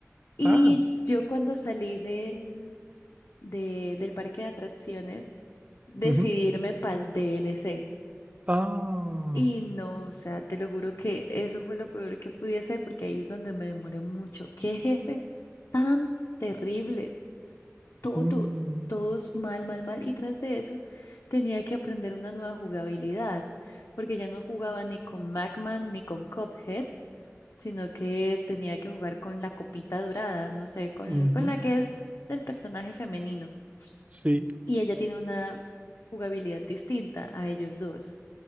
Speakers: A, on the left; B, on the right.
A: Y
B: Ah,
A: yo cuando salí del de- del parque de atracciones decidirme
B: ujú.
A: para el DLC.
B: Ah,
A: Y no, o sea, te lo juro que eso fue lo peor que pude hacer porque ahí es donde me demoré mucho. Qué jefes tan terribles, todos,
B: mm,
A: todos mal, mal, mal. Y tras de eso tenía que aprender una nueva jugabilidad porque ya no jugaba ni con Magman ni con Cuphead, sino que tenía que jugar con la copita dorada, no sé, con,
B: ujú.
A: con la que es del personaje femenino.
B: Sí,
A: Y ella tiene una jugabilidad distinta a ellos dos.